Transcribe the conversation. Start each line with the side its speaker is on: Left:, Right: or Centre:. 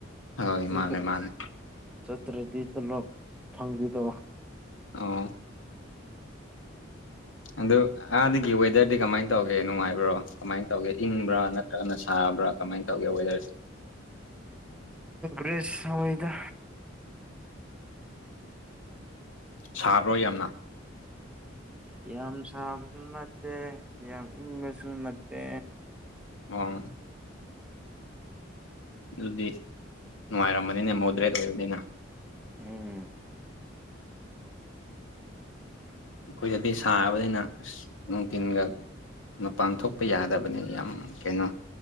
Left: ꯍꯣꯏ
Centre: ꯆꯠꯇ꯭ꯔ
Left: ꯃꯥꯅꯦ ꯃꯥꯅꯦ
Centre: ꯆꯠꯇ꯭ꯔꯗꯤ ꯇꯣꯂꯣꯞ ꯐꯪꯗꯦꯗꯣ
Left: ꯑꯣ ꯑꯗꯨ ꯑꯥꯗꯒꯤ ꯋꯦꯗꯔꯗꯤ ꯀꯃꯥꯏ ꯇꯧꯒꯦ ꯅꯨꯡꯉꯥꯏꯕ꯭ꯔꯣ ꯀꯃꯥꯏꯅ ꯇꯧꯒꯦ ꯏꯪꯕ꯭ꯔꯥ ꯅꯠꯇ꯭ꯔꯒꯅ ꯁꯥꯕ꯭ꯔꯥ ꯀꯃꯥꯏꯅ ꯇꯧꯒꯦ ꯋꯦꯗꯔꯁꯤ
Centre: ꯭ꯔꯦꯁ ꯁꯋꯤꯗ
Left: ꯁꯥꯕ꯭ꯔꯣ ꯌꯥꯝꯅ
Centre: ꯌꯥꯝ ꯁꯥꯕꯁꯨ ꯅꯠꯇꯦ ꯌꯥꯝ ꯏꯪꯕꯁꯨ ꯅꯠꯇꯦ
Left: ꯑꯣ ꯑꯗꯨꯗꯤ ꯅꯨꯡꯉꯥꯏꯔꯝꯕꯅꯤꯅꯦ ꯃꯣꯗ꯭ꯔꯦꯠ ꯑꯣꯏꯕꯅꯤꯅ
Centre: ꯎꯝ <inaudible>
Left: ꯑꯩꯈꯣꯏꯗꯗꯤ ꯁꯥꯕꯅꯤꯅ ꯑꯁ ꯅꯨꯡꯊꯤꯟꯒ ꯃꯄꯥꯟ ꯊꯣꯛ ꯌꯥꯗꯕꯅꯤ ꯌꯥꯝ ꯀꯩꯅꯣ